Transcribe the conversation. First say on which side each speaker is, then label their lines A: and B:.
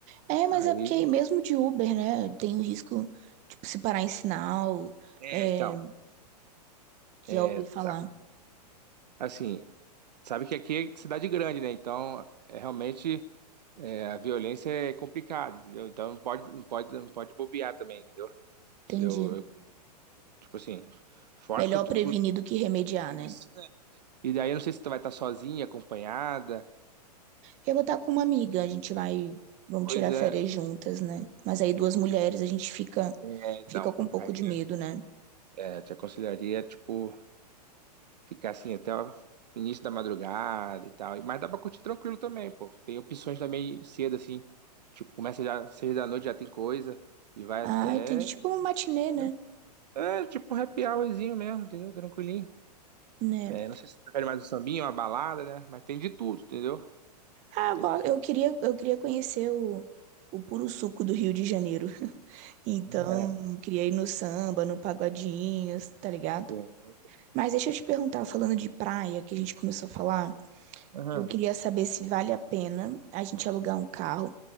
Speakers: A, on the right; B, on the right.
A: É, mas
B: aí...
A: é porque aí mesmo de Uber, né? Tem o risco, tipo, se parar em sinal.
B: É,
A: É,
B: então, é,
A: já ouvi falar.
B: sabe, assim, sabe que aqui é cidade grande, né? Então, é realmente, é, a violência é complicada, entendeu? Então, não pode, não pode, não pode bobear também, entendeu?
A: Entendi.
B: Eu, eu, tipo assim, fora
A: Melhor
B: que tu... tu-
A: prevenir do que remediar,
B: Isso,
A: né?
B: né? E daí, eu não sei se tu vai estar sozinha, acompanhada,
A: Eu vou estar com uma amiga, a gente vai. Vamos
B: pois
A: tirar
B: é.
A: férias juntas, né? Mas aí duas mulheres, a gente fica,
B: É, então,
A: fica com um pouco
B: aí
A: de medo, né?
B: é, te aconselharia, tipo, ficar assim até o início da madrugada e tal. Mas dá pra curtir tranquilo também, pô. Tem opções também cedo, assim. Tipo, começa já seis da noite, já tem coisa. E vai
A: Ah,
B: até.
A: entendi. Tipo uma matinê,
B: Entendeu?
A: né?
B: É, tipo um happy hourzinho mesmo, entendeu? Tranquilinho.
A: Né?
B: É, não sei se você prefere mais um sambinho, uma balada, né? Mas tem de tudo, entendeu?
A: Ah, agora
B: Tem.
A: eu queria, eu queria conhecer o, o puro suco do Rio de Janeiro. <laughs> Então,
B: É,
A: queria ir no samba, no pagodinho, tá ligado?
B: tem.
A: Mas deixa eu te perguntar, falando de praia, que a gente começou a falar,
B: Aham.
A: eu queria saber se vale a pena a gente alugar um carro